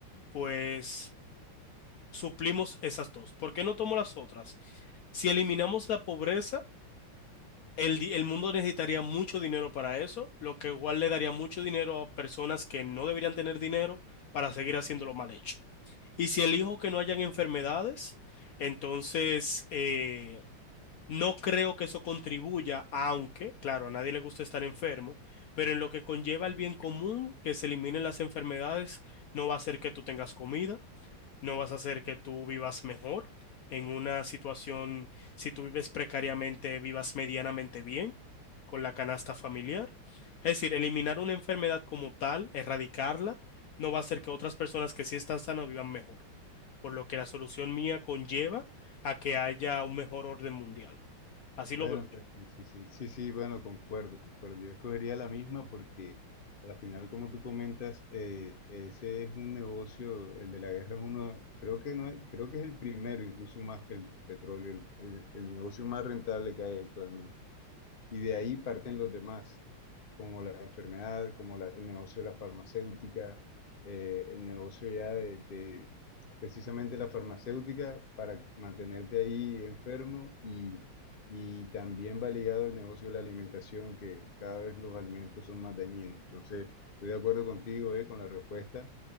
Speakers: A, on the left; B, on the left.
A: pues suplimos esas dos. ¿Por qué no tomo las otras? Si eliminamos la pobreza, el, di- el mundo necesitaría mucho dinero para eso, lo que igual le daría mucho dinero a personas que no deberían tener dinero para seguir haciéndolo mal hecho. Y si elijo que no hayan enfermedades, entonces... eh, no creo que eso contribuya, aunque, claro, a nadie le gusta estar enfermo, pero en lo que conlleva el bien común, que se eliminen las enfermedades, no va a hacer que tú tengas comida, no vas a hacer que tú vivas mejor en una situación, si tú vives precariamente, vivas medianamente bien con la canasta familiar. Es decir, eliminar una enfermedad como tal, erradicarla, no va a hacer que otras personas que sí están sanas vivan mejor, por lo que la solución mía conlleva a que haya un mejor orden mundial. Así
B: Bueno,
A: lo veo
B: pues
A: yo.
B: sí, sí, sí, sí, sí, bueno, concuerdo, concuerdo. Yo escogería la misma porque a la final, como tú comentas, eh, ese es un negocio, el de la guerra es uno, creo que no, creo que es el primero, incluso más que el petróleo, el el- el negocio más rentable que hay actualmente. y de ahí parten los demás, como la enfermedad, como la- el negocio de la farmacéutica, eh, el negocio ya de, de precisamente la farmacéutica para mantenerte ahí enfermo y, y también va ligado el negocio de la alimentación, que cada vez los alimentos son más dañinos. Entonces, estoy de acuerdo contigo, eh, con la respuesta